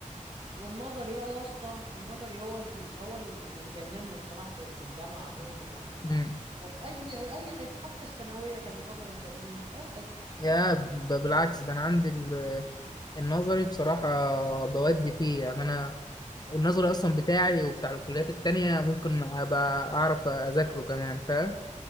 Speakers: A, on the right; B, on the left.
A: والنظري بقى يا اسطى النظري هو اللي هو اللي مجنني بصراحة في الجامعة عموما وفي ال...
B: مم.
A: وفي أي أي حتة حتى الثانوية كان النظري مجنني في أي حتة
B: يا ب- بالعكس ده انا عندي ال- النظري بصراحه بودي فيه يعني انا النظري اصلا بتاعي وبتاع الكليات التانية ممكن ابقى اعرف اذاكره كمان فاهم